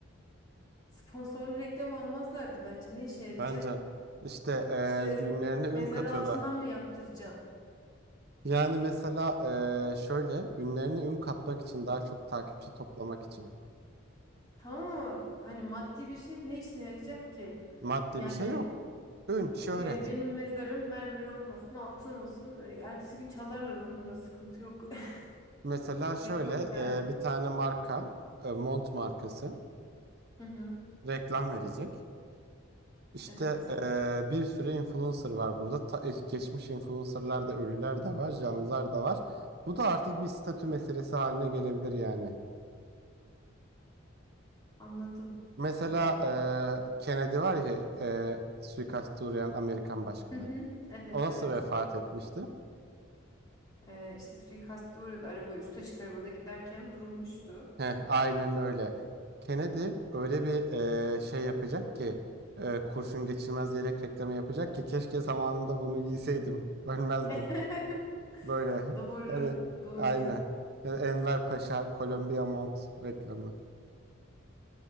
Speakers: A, on the left; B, on the right.
A: Sponsorlu reklam almazlardı bence. Ne işe yarayacak?
B: Bence işte e,
A: İşte
B: ünlerine ün
A: mezarı
B: katıyorlar.
A: altından mı yaptıracaksın?
B: Yani mesela e, şöyle ünlerine ün katmak için daha çok takipçi toplamak için
A: Tamam ama hani maddi bir şey ne işine yarayacak ki?
B: maddi
A: Yani
B: bir şey yok. Ün, şöhret.
A: e, benim mezarım mermer olmasın, altın olsun. E, ertesi gün çalarlar onun da sıkıntı yok.
B: Mesela
A: <laughs> Gerek
B: şöyle
A: yok yani.
B: e, bir tane marka, e, mont markası.
A: Hı hı.
B: reklam verecek. İşte
A: Evet.
B: eee, bir sürü influencer var burada. Ta- e, geçmiş influencerlar da ölüler de var, canlılar da var. Bu da artık bir statü meselesi haline gelebilir yani.
A: Anladım.
B: Mesela
A: Anladım.
B: eee, Kennedy var ya eee suikaste uğrayan Amerikan başkanı.
A: Hı hı. Evet,
B: O nasıl
A: evet.
B: vefat etmişti?
A: Ee, işte suikasta uğradı. Araba üst açık arabada giderken vurulmuştu.
B: Heh, aynen öyle. Kennedy öyle bir eee, şey yapacak ki eee, kurşun geçirmez yelek reklamı yapacak ki keşke zamanında bunu giyseydim, ölmezdim.
A: <laughs>
B: Böyle.
A: Doğru,
B: Hani
A: doğru,
B: aynen. Yani Enver Paşa, Kolombiya Mont reklamı.